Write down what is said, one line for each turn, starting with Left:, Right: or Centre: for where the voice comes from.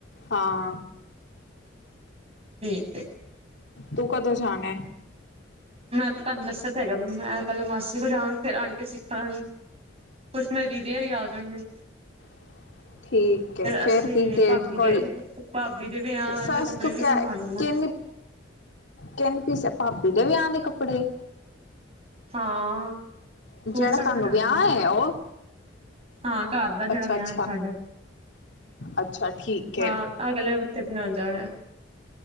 Left: ਹਾਂ।
Right: ਠੀਕ ਏ।
Left: ਤੂੰ ਕਦੋਂ ਜਾਣਾ ਐ?
Right: ਮੈਂ ਤੇ ਤੁਹਾਨੂੰ ਦੱਸਿਆ ਤੇ ਹੈਗਾ ਮੈਂ ਪਹਿਲਾਂ ਮਾਸੀ ਕੋਲ ਜਾਵਗੀ ਫੇਰ ਆਂਟੀ ਸਿੱਖਨ ਮੇਰੀ ਦੀਦੀ ਹਰੀ ਆ ਜਾਣਗੇ
Left: ਹਮ <inaudible> ਠੀਕ ਹੈ। ਫੇਰ
Right: ਅਸੀਂ
Left: ਵੀ ਡੇਟ
Right: ਭਾਬੀ
Left: ਕੋਈ
Right: ਦੇ ਭਾਬੀ ਦੇ ਵਿਆਹ
Left: ਸੱਸ
Right: ਦੇ ਕੱਪੜੇ
Left: ਤੂੰ
Right: ਵੀ
Left: ਕਿਆ
Right: ਬਣਵਾਣੇ ਨਾ।
Left: ਕਿੰਨੀ ਕਹਿੰਦੇ ਪੀਸਿਆ ਭਾਬੀ ਦੇ ਵਿਆਹ ਦੇ ਕੱਪੜੇ
Right: ਹਾਂ।
Left: ਜਿਹੜਾ
Right: ਸੂਟ ਸਾਟ
Left: ਸਾਨੂੰ
Right: ਬਣਾਣਗੇ
Left: ਵਿਆਹ
Right: ਨਾ
Left: ਏ ਉਹ
Right: ਹਾਂ ਘਰ ਦਾ
Left: ਅੱਛਾ
Right: ਜਿਹੜਾ ਵਿਆਹ
Left: ਅੱਛਾ
Right: ਹੈ ਸਾਡੇ
Left: ਅੱਛਾ ਠੀਕ ਹੈ
Right: ਹਾਂ, ਅਗਲੇ ਹਫਤੇ ਬਣਾਉਣ ਜਾਣਾ।